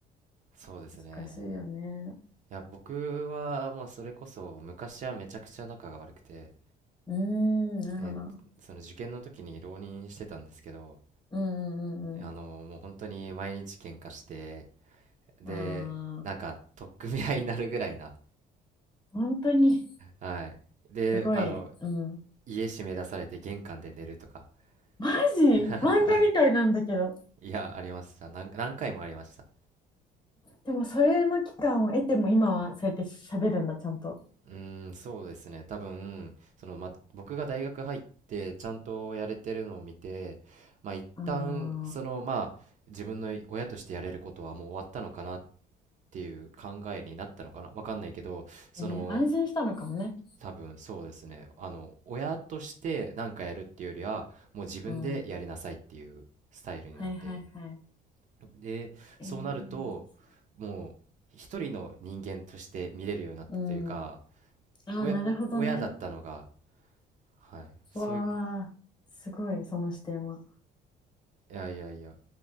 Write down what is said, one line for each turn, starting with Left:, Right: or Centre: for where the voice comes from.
Right: そうですね。
Left: 難しいよね
Right: いや、僕は、まあ、それこそ、昔はめちゃくちゃ仲が悪くて、
Left: うーんなるほど
Right: えーその受験の時に浪人してたんですけど、
Left: うんうんうん
Right: あの、もう本当に毎日喧嘩して、で、
Left: うんああ
Right: なんか、取っ組み合いになるぐらいな。
Left: 本当に
Right: はい。で、
Left: すごいうん
Right: あの、家閉め出されて玄関で寝るとか。
Left: マジ漫画みたいなんだけど
Right: <laughs> はい。いや、ありました。なん何回もありました。
Left: でもそれの期間を得ても今はそうやって喋るんだちゃんと
Right: うーん、そうですね。多分、その、ま、僕が大学入ってちゃんとやれてるのを見て、まあ、一旦、
Left: あー
Right: その、まあ、自分の親としてやれることはもう終わったのかなっていう考えになったのかな。わかんないけど、その、
Left: えー安心したのかもね。
Right: 多分そうですね。あの、親として何かやるっていうよりは、もう自分でやりなさいっていうスタイルになって。
Left: うん。はいはいは
Right: で、
Left: い。
Right: そうなると、
Left: えー、
Right: もう、一人の人間として見れるようになったというか、
Left: うん。ああ、
Right: 親、
Left: なるほどね。
Right: お親だったのが、はい。そういう
Left: わあ、すごい、その視点は。
Right: いやいやいや、